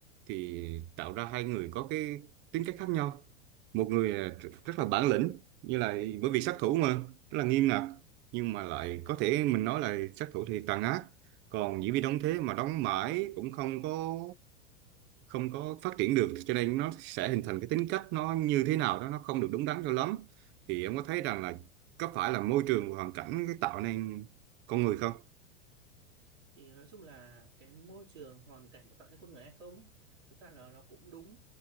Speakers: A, on the right; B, on the right.
A: thì tạo ra hai người có cái tính cách khác nhau một người là tr- rất là bản lĩnh như là bởi vì sát thủ mà rất là nghiêm ngặt nhưng mà lại có thể mình nói là sát thủ thì tàn ác còn diễn viên đóng thế mà đóng mãi cũng không có không có phát triển được cho nên nó sẽ hình thành cái tính cách nó như thế nào đó nó không được đúng đắn cho lắm thì em có thấy rằng là có phải là môi trường và hoàn cảnh cái tạo nên con người không
B: thì nói chung là cái môi trường hoàn cảnh có tạo nên con người hay không ấy thực ra là nó cũng đúng